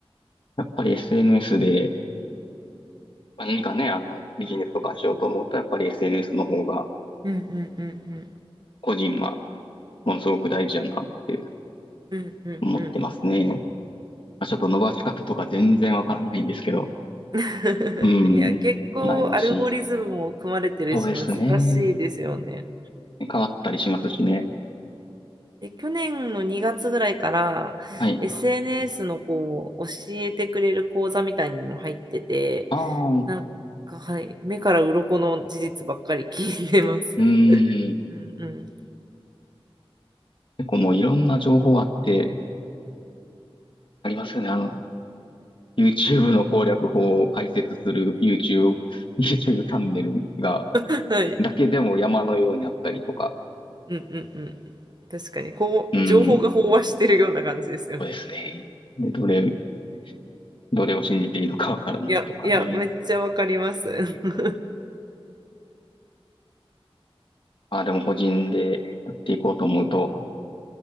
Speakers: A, on the left; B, on the right.
A: やっぱり SNS で、まあ、何かね、あの、ビジネスとかしようと思うと、やっぱり SNS の方が、
B: うんうんうんうん。
A: 個人はものすごく大事だなって
B: うんうんうん。
A: 思ってますね。まあ、ちょっと伸ばし方とか全然わからないんですけど、
B: <laughs>
A: うん。
B: いや、結構アルゴリズムも組まれてるし難しいですよね。
A: 悩ましい。そうですね。変わったりしますしね。
B: で、去年の2月ぐらいから
A: はい。
B: SNS のこう教えてくれる講座みたいにも入ってて、
A: ああ、
B: なんかはい、目から鱗の事実ばっかり聞いてます。
A: うん。
B: <laughs> うんうん。
A: 結構もういろんな情報あって、ありますよね。あの、YouTube の攻略法を解説する YouTube、YouTube チャンネルが、
B: <laughs> はい。
A: だけでも山のようにあったりとか。
B: うんうんうん。確かに、こう、
A: うん。
B: 情報が飽和してるような感じですよね。
A: そうですね。で、どれ、どれを信じていいのかわからないとかね。
B: <laughs> いや、いや、めっちゃわかります。<laughs>
A: ああ、でも個人でやっていこうと思うと、